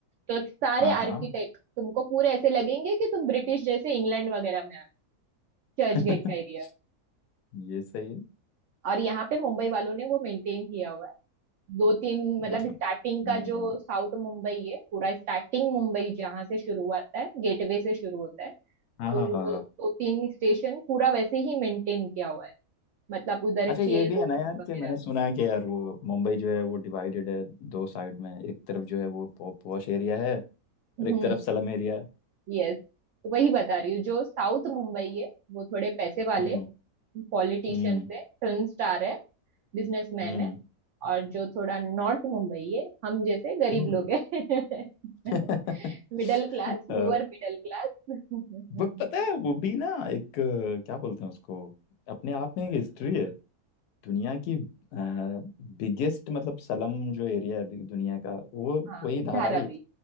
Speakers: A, on the right (about 65°); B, on the left (about 85°).
A: तो सारे
B: हाँ
A: आर्किटेक्ट
B: हाँ
A: तुमको पूरे ऐसे लगेंगे कि तुम ब्रिटिश जैसे इंग्लैंड वगैरह में आ चर्च
B: <laughs>
A: गेट का एरिया
B: ये सही है
A: और यहाँ पे मुंबई वालों ने वो मेंटेन किया हुआ है दो तीन मतलब
B: मतलब
A: स्टार्टिंग का
B: हम्म,
A: जो साउथ मुंबई है पूरा स्टार्टिंग मुंबई जहाँ से शुरू होता है गेटवे से शुरू होता है तो
B: हाँ हाँ
A: वो
B: हाँ हाँ
A: दो तीन स्टेशन पूरा वैसे ही मेंटेन किया हुआ है मतलब उधर
B: अच्छा
A: के
B: ये भी
A: रूम
B: है ना यार
A: वगैरह
B: कि मैंने
A: भी
B: सुना है कि यार वो मुंबई जो है वो डिवाइडेड है दो साइड में एक तरफ जो है वो पॉ, पॉश एरिया है
A: हम्म
B: और एक तरफ स्लम एरिया है
A: यस तो वही बता रही हूँ जो साउथ मुंबई है वो थोड़े पैसे वाले
B: हम्म
A: पॉलिटिशियंस
B: हम्म
A: है फिल्म स्टार है बिजनेसमैन
B: हम्म
A: है और जो थोड़ा नॉर्थ मुंबई है हम जैसे गरीब
B: हम्म।
A: लोग हैं
B: <laughs>
A: <laughs> middle class
B: अ,
A: lower middle class <laughs>
B: बट पता है वो भी ना एक अ, क्या बोलते हैं उसको अपने आप में एक हिस्ट्री है दुनिया की बिगेस्ट मतलब सलम जो एरिया है अभी दुनिया का वो
A: हाँ
B: वही धारावी
A: धारावी
B: है